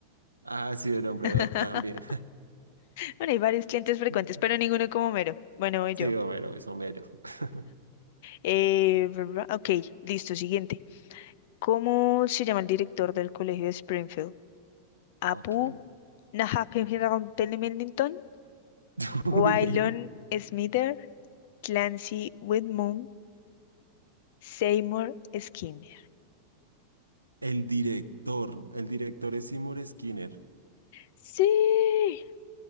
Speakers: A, on the right; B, on the left.
A: Ah, sí, el hombre
B: <laughs>
A: Dog también.
B: Bueno, hay varios clientes frecuentes,
A: <laughs>
B: pero ninguno como Mero. Bueno, voy
A: Sí,
B: yo.
A: Homero, es Homero. <laughs>
B: Eh, ¿verdad? ok, listo, siguiente. ¿Cómo se llama el director del colegio de Springfield? ¿Apu?
A: Ok.
B: نحقق تيلي ميلينغتون
A: <laughs> Uy.
B: وايلون سميثر Clancy Whitmore Seymour Skinner.
A: El director, el director es Seymour Skinner.
B: Sí,